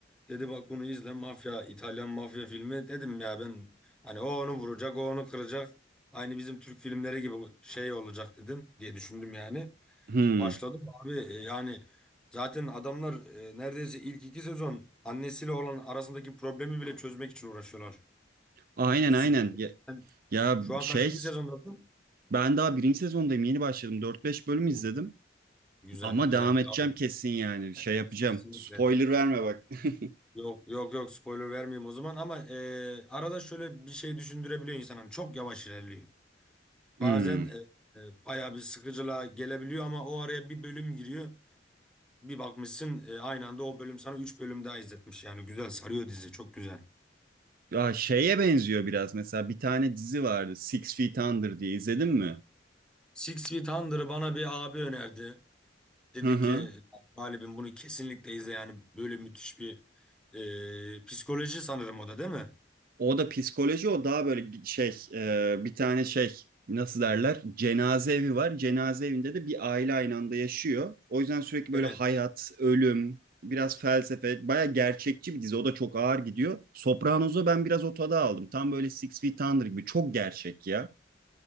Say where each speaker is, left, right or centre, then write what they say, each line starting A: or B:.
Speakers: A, in the centre; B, on the right.
A: Dedi bak bunu izle mafya İtalyan mafya filmi. Dedim ya ben hani o onu vuracak o onu kıracak. Aynı bizim Türk filmleri gibi şey olacak dedim diye düşündüm yani.
B: Hmm.
A: Başladım abi e, yani zaten adamlar e, neredeyse ilk iki sezon annesiyle olan arasındaki problemi bile çözmek için uğraşıyorlar.
B: Aynen
A: Süper.
B: aynen. Ya,
A: Sen
B: ya
A: şu an
B: şey
A: kaçıncı sezondasın?
B: ben daha birinci sezondayım yeni başladım. Dört beş bölüm izledim.
A: Oo, Güzel
B: Ama
A: güzel
B: devam
A: devam.
B: edeceğim kesin yani. Şey yapacağım.
A: et. Kesinlikle.
B: Spoiler verme bak. <laughs>
A: Yok yok yok spoiler vermeyeyim o zaman ama e, arada şöyle bir şey düşündürebiliyor insanın çok yavaş ilerliyor.
B: Hmm.
A: Bazen e, e, bayağı bir sıkıcılığa gelebiliyor ama o araya bir bölüm giriyor. Bir bakmışsın e, aynı anda o bölüm sana 3 bölüm daha izletmiş yani güzel sarıyor dizi çok güzel.
B: Ya şeye benziyor biraz. Mesela bir tane dizi vardı. Six Feet Under diye izledin mi?
A: Six Feet Under'ı bana bir abi önerdi. Dedi
B: Hı hı.
A: ki Galibim bunu kesinlikle izle yani böyle müthiş bir e, psikoloji sanırım o da değil mi?
B: O da psikoloji. O daha böyle şey e, bir tane şey nasıl derler? Cenaze evi var. Cenaze evinde de bir aile aynı anda yaşıyor. O yüzden sürekli böyle
A: Evet.
B: hayat, ölüm, biraz felsefe, baya gerçekçi bir dizi. O da çok ağır gidiyor. Sopranos'a ben biraz o tadı aldım. Tam böyle Six Feet Under gibi. Çok gerçek ya.